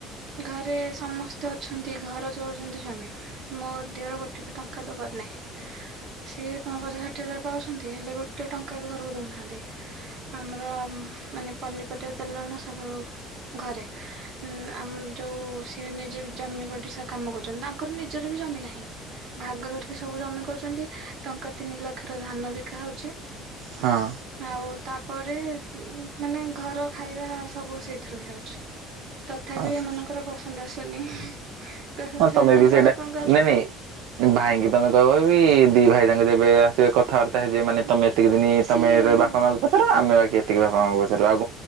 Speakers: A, on the right; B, on the right.
A: ଘରେ ସମସ୍ତେ ଅଛନ୍ତି ଘର ଚଳୁଛନ୍ତି ସ୍ଵାମୀ ମୋ ଦେହର ଗୋଟେ ବି ଟଙ୍କା ଦବାର ନାଇଁ। ସିଏ ପଚା ଷାଠିଏ ହଜାର ପାଉଛନ୍ତି ହେଲେ ଗୋଟେ ଟଙ୍କା ବି ଘରକୁ ଦଉନାହାନ୍ତି। ଆମର ମାନେ ପନିପରିବା ତେଲ ଲୁଣ ସବୁ ରୁ ଘରେ ଆମର ଯୋଉ ସିଏ ନିଜେ ଜମି ବଡି ସ କାମ କରୁଛନ୍ତି ତାଙ୍କର ନିଜର ବି ଜମି ନାହିଁ। ଭାଗ ଧରିକି ସବୁ ଜମି କରୁଛନ୍ତି ଟଙ୍କା ତିନି ଲକ୍ଷ ର ଧାନ ବିକା ହଉଛି।
B: ହଁ।
A: ଆଉ ତାପରେ ଉଁ ମାନେ ଘର ଖାଇବା ସବୁ ସେଇଥିରୁ ହିଆଉଛି। ତଥାପି
B: ଆଚ୍ଛା
A: ଏମାନଙ୍କର ପସନ୍ଦ ଆସୁନି କହୁଛନ୍ତି
B: ହଁ ତମେ
A: ଶଳା ତକାରିରେ
B: ବି ସେଇଟା
A: କଣ କରୁଚନ୍ତୀ?
B: ନାଇଁ ନାଇଁ ଭାଇଙ୍କି ତମେ କହିବ ବି ଦି ଭାଇ ଯାକ ଯେବେ ଆସିବେ କଥାବାର୍ତ୍ତା ହେଇଯିବ ମାନେ ତମେ ଏତିକି ଦିନ ତମେ
A: ସିଏ
B: ବାପା ମାଙ୍କୁ ପଚାର ଆମେ ବାକି ଏତିକି ବାପା ମାଙ୍କୁ ପଚାରିବା ଆଉ